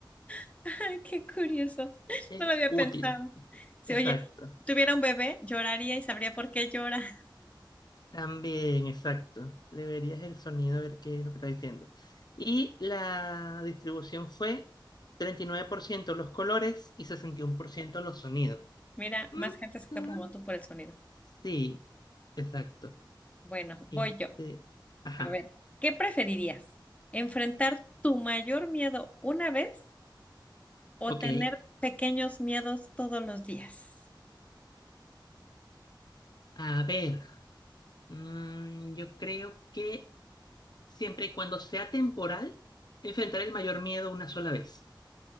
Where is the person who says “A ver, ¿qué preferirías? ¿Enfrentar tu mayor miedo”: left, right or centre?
Left